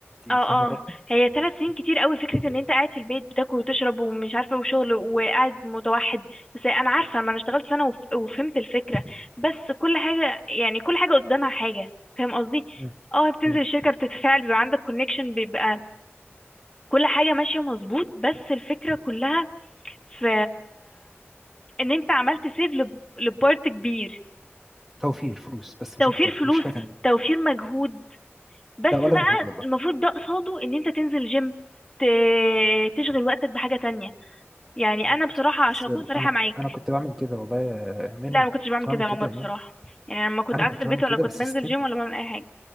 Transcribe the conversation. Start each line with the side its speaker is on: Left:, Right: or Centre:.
Centre: انت
Left: اه
Centre: فاهم الرقم؟
Left: اه هي ثلاث سنين
Centre: م.
Left: كتير قوي فكرة ان انت قاعد في البيت بتاكل وتشرب ومش عارفة وشغل وقاعد متوحد بس انا عارفة ما انا اشتغلت سنة وف- وفهمت الفكرة بس كل حاجة يعني كل حاجة قدامها حاجة فاهم قصدي
Centre: م.
Left: اه بتنزل
Centre: م.
Left: الشركة بتتفاعل بيبقى عندك كونكشن بيبقى كل حاجة ماشية مظبوط بس الفكرة كلها في ان انت عملت سيف لبارت كبير
Centre: توفير فلوس بس
Left: توفير
Centre: مش اكتر
Left: فلوس
Centre: مش حاجه تانية
Left: توفير مجهود بس
Centre: لا ولا
Left: بقى
Centre: مجهود والله
Left: المفروض ده قصاده ان انت تنزل جيم ت- تشغل وقتك بحاجة تانية يعني
Centre: ممكن
Left: انا بصراحة
Centre: صح
Left: عشان
Centre: بس
Left: اكون صريحة
Centre: انا
Left: معاك
Centre: انا كنت بعمل كده والله يا منى
Left: لا أنا ما كنتش بعمل
Centre: كنت
Left: كده
Centre: بعمل
Left: يا
Centre: كده
Left: عمر بصراحة
Centre: يا امام
Left: يعني لما كنت
Centre: انا
Left: قاعدة
Centre: كنت
Left: في البيت
Centre: بعمل
Left: ولا
Centre: كده
Left: كنت
Centre: بس
Left: بنزل
Centre: ستيل
Left: جيم ولا بعمل اي حاجة